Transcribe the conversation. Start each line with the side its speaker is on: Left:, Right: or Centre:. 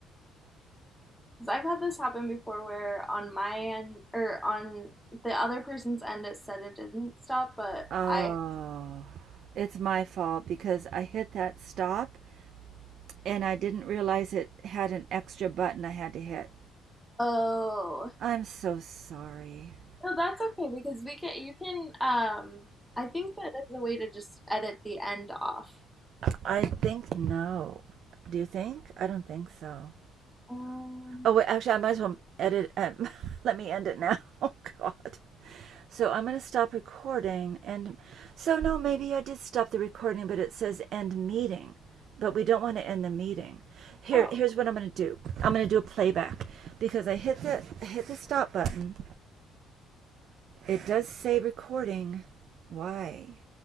Centre: Because I've had this happen before where on my end or on the other person's end it said it didn't stop, but
Right: Oh.
Centre: I,
Right: It's my fault because I hit that stop and I didn't realize it had an extra button I had to hit.
Centre: oh.
Right: I'm so sorry.
Centre: No, that's okay because we can you can um I think that there's a way to just edit the end off.
Right: I think no. Do you think? I don't think so.
Centre: Um,
Right: Oh, wait, actually, I might as well edit. Um, <laughs> let me end it now. <laughs> Oh, God. So I'm going to stop recording. And so, no, maybe I did stop the recording, but it says end meeting. But we don't want to end the meeting. Here,
Centre: oh.
Right: here's what I'm going to do. I'm going to do a playback because I hit the hit the stop button It does say recording. Why?